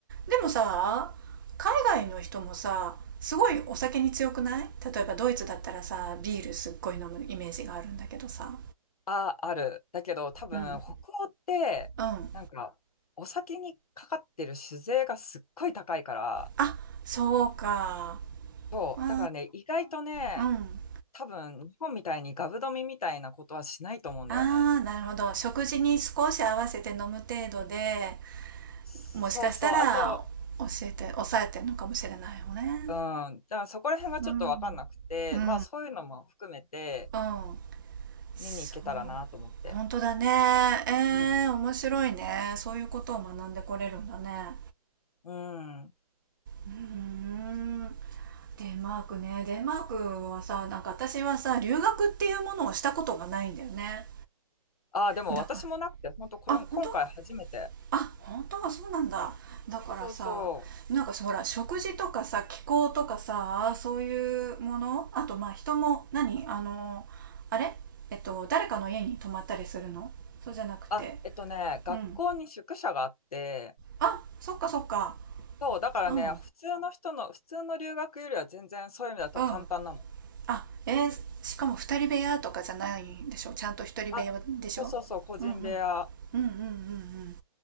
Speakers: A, on the right; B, on the left.
A: でもさ海外の人もさすごいお酒に強くない例えばドイツだったらさビールすっごい飲むイメージがあるんだけどさ
B: あ、ある。だけど多分北欧って、
A: うんうん
B: なんかお酒にかかってる酒税がすっごい高いから、
A: あそうか
B: そう。
A: あ
B: だからね、意外とね、
A: ーうん
B: 多分日本みたいにガブ飲みみたいなことはしないと思うんだよね。
A: あーなるほど食事に少し合わせて飲む程度で
B: そうそう。
A: もしかしたら教えて抑えてるのかもしれないよね
B: あと、うん。だからそこら辺がちょっと分かんなくて、
A: うん、うんうん
B: まあそういうのも含めて、
A: うんそう
B: 見に行けたらなと思って。
A: 本当だねえー、
B: うん。
A: 面白いねそういうことを学んでこれるんだね
B: うん。
A: うんデンマークねデンマークはさなんか私はさ留学っていうものをしたことがないんだよね
B: ああ、でも私もなくて、
A: だか
B: 本当これ、
A: らあ本当
B: 今回初めて。
A: あ本当はそうなんだだからさなんかほら食事とかさ気候とかさそういうものあとまあ人も何あのあれえっと誰かの家に泊まったりするのそうじゃなくて
B: そうそう。あ、えっとね、学校に宿舎があって、
A: うんあそっかそっか
B: そう、だからね、
A: うんう
B: 普通の人の、普通の留学よりは全然そういう意味だと簡単なの。
A: んあえーしかも二人部屋とかじゃないんでしょちゃんと一人部屋でしょうんうんうんうんうんうん
B: あ、そうそうそう、個人部屋。